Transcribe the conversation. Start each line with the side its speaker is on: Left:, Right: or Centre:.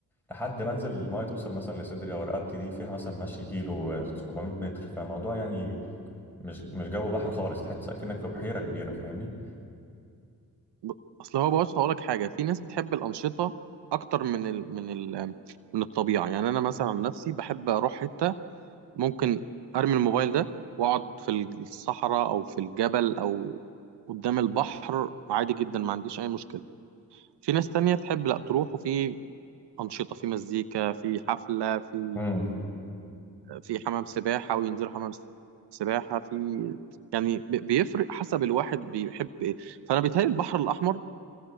Centre: لحد ما انزل الميه توصل مثلا لصدري او رقبتي دي فيها مثلا مشي كيلو 700 متر فالموضوع يعني مش مش جو بحر خالص تحس اكنك في بحيره كبيره فاهمني
Right: ب- أصل هو بص هقولك حاجة في ناس بتحب الأنشطة أكتر من ال من ال من الطبيعة يعني أنا مثلا عن نفسي بحب أروح حتة ممكن ارمي الموبايل ده واقعد في الصحراء او في الجبل او قدام البحر عادي جدا ما عنديش اي مشكله في ناس تانية تحب لا تروح وفي انشطه في مزيكا في حفله في
Centre: امم
Right: في حمام سباحه وينزلوا حمام سباحه في يعني ب- بيفرق حسب الواحد بيحب ايه فانا بيتهيألي البحر الاحمر